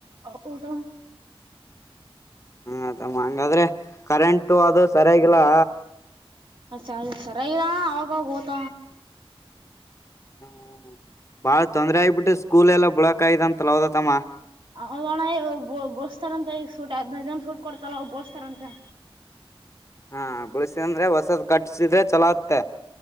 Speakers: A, on the right; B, on the left.
A: ಹ ದ
B: ಹ ಅದ ಹಂಗಾದ್ರೆ ಕರೆಂಟ್ ಅ ಸರಿಯಾಗಿ ಲ್ಲಾ
A: ಅ ಚ ಅ ಸರಿಗದ ಅವಾಗವಾಗ ಹತ
B: ಹ ಬಾಳ ತೊಂದ್ರೆ ಆಗ್ಬಿಟ್ಟು ಸ್ಕೂಲ್ ಎಲ್ಲ ಬಳಕ ಆ ಅಂತಲ ಹೋದತಮ್ಮ
A: ಹೌದ ಹಣ ಬುಳಸ್ತಾರಂತೆ ಈಗ ಶೂಟ್ ಹದ್ನೈ ದನ ಶೂಟ್ ಕೊಡ್ತಲ್ಲ ಬುಳಸ್ತಾರಂತೆ
B: ಹಾ ಬಿಳಸಿ ಅಂದ್ರೆ ಕಟ್ಸಿದ್ರೆ ಚಲಗ್ತಾ